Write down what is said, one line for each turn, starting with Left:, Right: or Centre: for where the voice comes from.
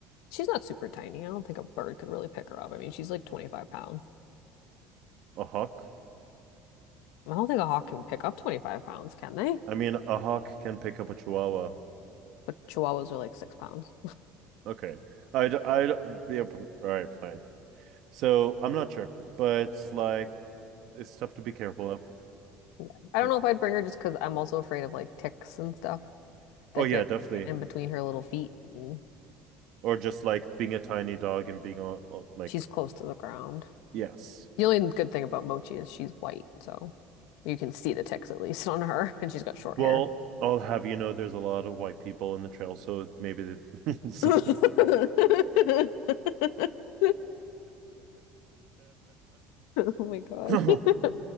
Left: She's not super tiny. I don't think a bird could really pick her up. I mean, she's like 25 pounds.
Right: A hawk.
Left: I don't think a hawk can pick up 25 pounds, can they?
Right: I mean a hawk can pick up a chihuahua.
Left: But chihuahuas are like six pounds.
Right: Okay. I'd I'd be able all right, fine. So I'm not sure, but it's like it's stuff to be careful of.
Left: Yeah. I don't
Right: No.
Left: know if I'd bring her just because I'm also afraid of like ticks and stuff that
Right: Oh yeah,
Left: get
Right: definitely.
Left: in between her little feet. And
Right: Or just like being a tiny dog and being all, all like
Left: she's close to the ground.
Right: yes.
Left: The only good thing about Mochi is she's white, so you can see the ticks at least on her, <laughs> and she's got short
Right: Well,
Left: hair.
Right: I'll have you know there's a lot of white people in the trail, so maybe it's
Left: <laughs> Oh my God.
Right: <laughs>
Left: <laughs>